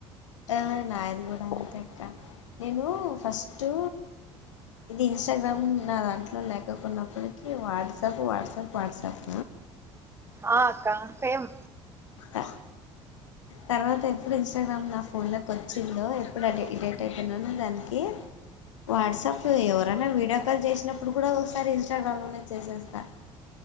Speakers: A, on the left (about 75°); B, on the right (about 15°).
A: ఆ నాది కూడా అంతే అక్క నేను ఫస్టు ఇది ఇన్స్టాగ్రామ్ నా దాంట్లో లేకపొన్నప్పటికి వాట్సాప్ వాట్సాప్ వాట్సాప్
B: ఆ అక్క సేమ్
A: అ తర్వాత ఎప్పుడు ఇన్స్టాగ్రామ్ నా ఫోన్ లోకి వచ్చిందో ఎప్పుడు అ ఎడిక్ట్ అయిపోన్నానో దానికి వాట్సాప్ సో ఎవరైనా వీడియో కాల్ చేసినప్పుడు కూడా ఒకసారి ఇన్స్టాగ్రామ్ లోనే చేసేస్తా